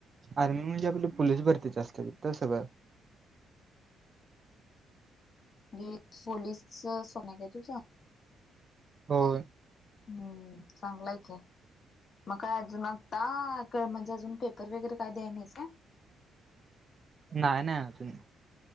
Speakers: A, on the right; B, on the left.
A: आर्मी म्हणजे आपली पोलीस भरतीच असत तिथ सगळ.
B: म्हणजे पोलीसच सोन आहे काय तुझं?
A: हो.
B: हम्म चांगलाय हाय की, मग काय अजून मग? टाक म्हणजे अजून पेपर वगैरे काय द्याय नाहीस काय?
A: नाहीय नाही अजून.